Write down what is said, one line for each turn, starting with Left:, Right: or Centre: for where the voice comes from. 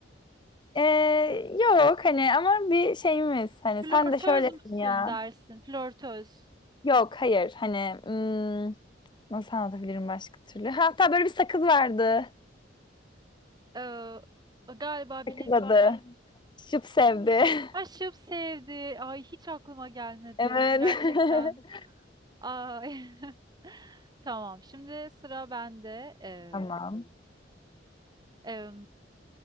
Left: Ee, yok hani ama bir şeyimiz
Right: <laughs>
Left: hani
Right: Flörtöz
Left: sen de şöylesin
Right: müsün
Left: ya.
Right: dersin, flörtöz.
Left: Yok hayır hani hmm, nasıl anlatabilirim başka türlü? Hatta böyle bir sakız vardı.
Right: E, galiba bilemeyeceğim.
Left: Sakız adı. Şıp sevdi. <laughs>
Right: Aşıp sevdi. Ay hiç aklıma gelmedi.
Left: Evet.
Right: Gerçekten.
Left: <laughs>
Right: Ay. <laughs> Tamam. Şimdi sıra bende. Ee,
Left: Tamam.
Right: e,